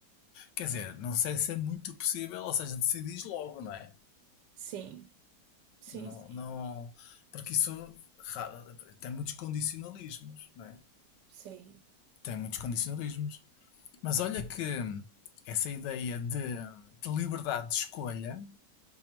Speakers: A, on the left; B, on the right.
A: Quer dizer, não sei se é muito possível, ou seja, decidis logo, não é?
B: Sim, sim,
A: Não,
B: sim,
A: não, porque isso ra- tem muitos condicionalismos, não é?
B: sim,
A: Tem muitos condicionalismos. Mas olha que essa ideia de, de liberdade de escolha